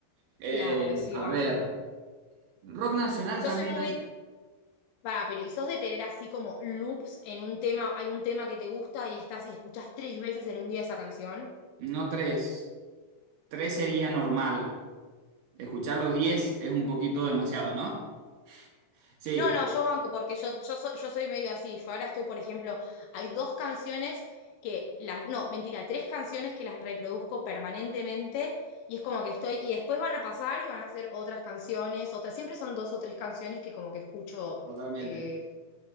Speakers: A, on the right; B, on the left.
A: Eh,
B: Claro, sí,
A: a
B: banco.
A: ver, rock nacional
B: Yo
A: también
B: soy muy,
A: hay,
B: para, pero ¿y sos de tener así como loops en un tema, hay un tema que te gusta y estás y escuchás tres veces en un día esa canción?
A: no tres, tres sería normal, escucharlo diez es un poquito demasiado, ¿no? Sí,
B: No, no, yo banco porque yo, yo, so- yo soy medio así. Yo ahora estoy, por ejemplo, hay dos canciones que las, no, mentira, tres canciones que las reproduzco permanentemente y es como que estoy, y después van a pasar y van a ser otras canciones, otras, siempre son dos o tres canciones que como que escucho
A: totalmente.
B: eh,